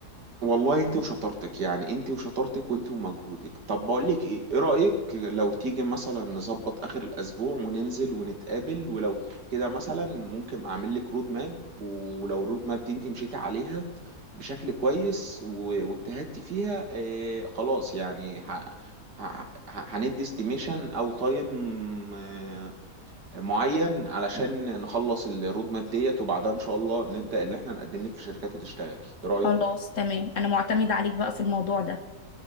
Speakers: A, on the right; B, on the left.
A: والله انت وشطارتك يعني انت وشطارتك وانت ومجهودك طب بقول لك ايه ايه رأيك لو تيجي مثلا نظبط اخر الاسبوع وننزل ونتقابل ولو كده مثلا ممكن اعمل لك رود ماب ولو الرود ماب دي انت مشيتي عليها بشكل كويس و- واجتهدتي فيها اه خلاص يعني ه... ه... ه- هندي استيميشن او تايم اه معين علشان نخلص الرود ماب ديت وبعدها ان شاء الله نبدأ اللي احنا نقدم لك في شركات وتشتغلي ايه رأيك
B: خلاص تمام انا معتمدة عليك بقى في الموضوع ده